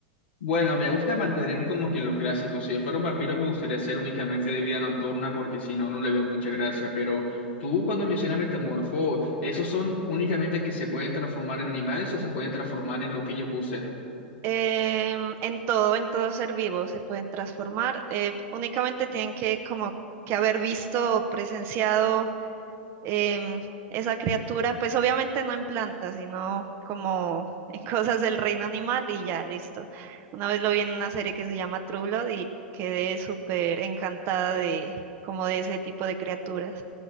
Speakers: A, on the left (about 75°); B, on the right (about 45°).
A: Bueno, me gusta mantenerme como que en los clásicos. Si yo fuera un vampiro, me gustaría ser únicamente de vida nocturna, porque si no, no le veo mucha gracia. Pero tú, cuando mencionas metamorfo, ¿esos son únicamente que se pueden transformar en animales o se pueden transformar en lo que ellos gusten?
B: Em, en todo, en todo ser vivo se pueden transformar. eh, únicamente tienen que como que haber visto o presenciado em, esa criatura, pues obviamente no en plantas, sino como <laughs> en cosas del reino animal y ya, listo. Una vez lo vi en una serie que se llama True Blood y quedé súper encantada de como de ese tipo de criaturas,